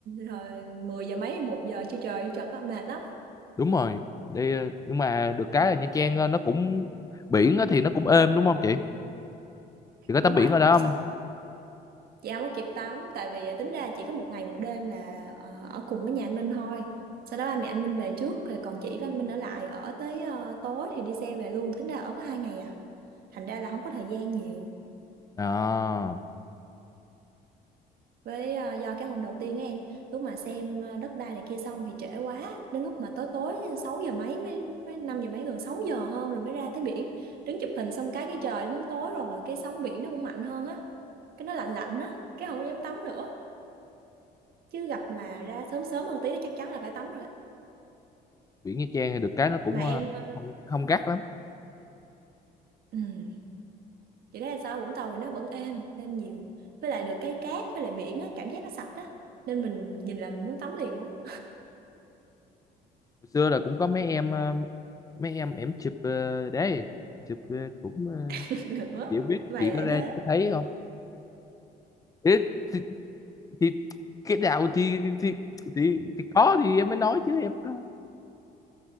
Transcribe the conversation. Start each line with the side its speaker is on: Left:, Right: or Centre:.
Right: rồi 10 giờ mấy, một giờ chưa trời trời có mệt lắm,
Left: đúng rồi đi ờ, nhưng mà được cái là Nha Trang ờ, nó cũng biển á thì nó cũng êm đúng không chị chị có tắm
Right: đúng
Left: biển
Right: rồi,
Left: ở đó
Right: xong
Left: không
Right: chị không có kịp tắm tại vì à, tính ra chỉ có một ngày một đêm là ờ, ở cùng với nhà anh Minh thôi sau đó ba mẹ anh Minh về trước rồi còn chị và anh Minh ở lại ở tới ờ, tối thì đi xe về luôn tính ra ở có hai ngày à thành ra là không có thời gian nhiều
Left: à,
Right: với à, do cái hôm đầu tiên á em lúc mà xem à, đất đai này kia xong thì trễ quá đến lúc mà tối tối 6 giờ mấy mới, mới 5 giờ mấy gần 6 giờ hơn rồi mới ra tới biển đứng chụp hình xong cái cái trời nó muốn tối rồi cái sóng biển nó cũng mạnh hơn á cái nó lạnh lạnh á cái không có dám tắm nữa chứ gặp mà ra sớm sớm hơn tí thì chắc chắn là phải tắm rồi á.
Left: biển Nha Trang thì được cái nó cũng
Right: mà em
Left: ờ,
Right: ờ,
Left: không không gắt lắm
Right: ừm, chị thấy là sao Vũng Tàu thì nó vẫn êm êm nhiều với lại được cái cát với lại biển á cảm giác nó sạch á nên mình nhìn là mình muốn tắm liền luôn
Left: hồi xưa là cũng có mấy em ờ, mấy em em chụp ờ, đấy chụp ờ, cũng ờ,
Right: <laughs> nữa
Left: chị không biết
Right: mày
Left: chị
Right: lại
Left: có ra
Right: thế
Left: chị có thấy không thì, thì, thì cái nào thì thì, thì thì có thì em mới nói chứ em có